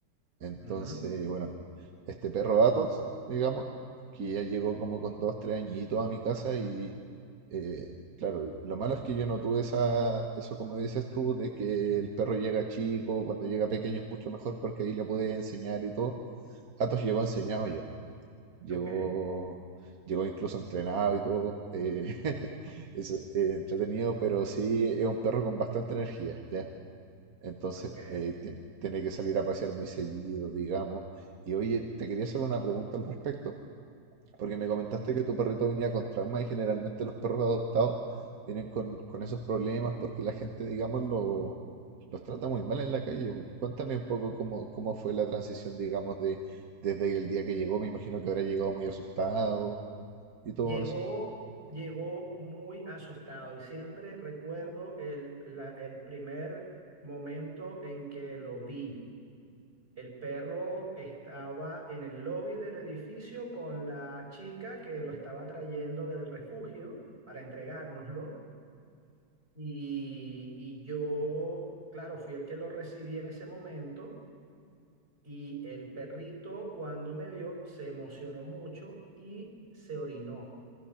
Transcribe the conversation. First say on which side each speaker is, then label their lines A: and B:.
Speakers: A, on the right (about 55°); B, on the right (about 35°).
A: Entonces,
B: ujú,
A: bueno, este perro Atos, digamos, que ya llegó como con dos, tres añitos a mi casa y, eh, claro, lo malo es que yo no tuve esa, eso como dices tú, de que el perro llega chico, cuando llega pequeño es mucho mejor porque ahí le puedes enseñar y todo. Atos llegó enseñado ya, llegó,
B: ok,
A: llegó incluso entrenado y todo, eh, <laughs> es, eh, entretenido, pero sí es un perro con bastante energía, ¿ya? Entonces,
B: ok.
A: eh, ti- tiene que salir a pasear muy seguido, digamos. Y oye, te quería hacer una pregunta al respecto, porque me comentaste que tu perrito venía con trauma y generalmente los perros adoptados vienen con, con esos problemas porque la gente, digamos, lo- los trata muy mal en la calle. Cuéntame un poco cómo, cómo fue la transición, digamos, de, desde el día que llegó. Me imagino que habrá llegado muy asustado y todo
B: Llegó,
A: eso.
B: llegó muy asustado y siempre recuerdo el, la- el primer momento en que lo vi. El perro estaba en el lobby del edificio con la chica que lo estaba trayendo del refugio para entregárnoslo y, y yo, claro, fui el que lo recibí en ese momento y el perrito cuando me vio se emocionó mucho y se orinó.